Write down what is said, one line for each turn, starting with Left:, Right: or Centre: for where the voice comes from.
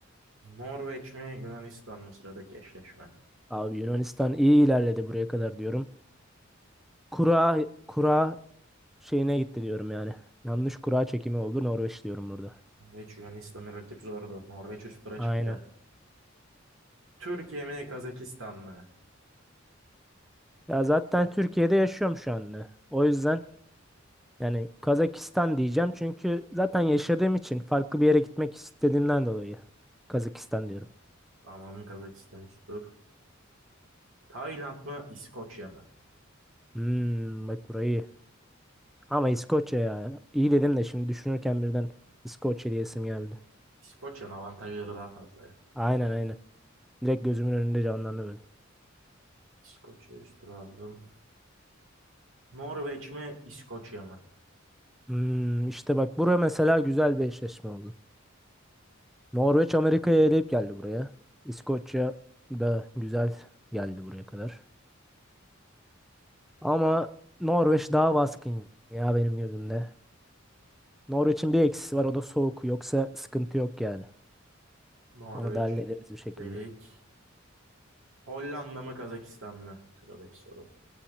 Right: Norveç mi Yunanistan mı sıradaki eşleşme?
Centre: Abi Yunanistan iyi ilerledi buraya kadar diyorum. Kura kura şeyine gitti diyorum yani. Yanlış kura çekimi oldu Norveç diyorum burada.
Right: Norveç Yunanistan'ı rakip zordu. Norveç üst tura
Centre: Aynen.
Right: çıktı. Türkiye mi Kazakistan mı?
Centre: Ya zaten Türkiye'de yaşıyorum şu anda. O yüzden yani Kazakistan diyeceğim çünkü zaten yaşadığım için farklı bir yere gitmek istediğimden dolayı Kazakistan diyorum.
Right: Tamam Kazakistan üst tur. Tayland mı İskoçya mı?
Centre: Hmm, bak burayı. iyi. Ama İskoçya ya. İyi dedim de şimdi düşünürken birden İskoçya diyesim geldi.
Right: İskoçya'nın avantajları daha fazla ya.
Centre: Aynen aynen. Direkt gözümün önünde canlandı böyle.
Right: İskoçya üst tura aldım. Norveç mi İskoçya mı?
Centre: Hmm, işte bak bura mesela güzel bir eşleşme oldu. Norveç Amerika'yı eleyip geldi buraya. İskoçya da güzel geldi buraya kadar. Ama Norveç daha baskın ya benim gözümde. Norveç'in bir eksisi var o da soğuk. Yoksa sıkıntı yok yani.
Right: Norveç
Centre: Onu da hallederiz bir şekilde.
Right: dedik. Hollanda mı Kazakistan mı? Sıradaki soru.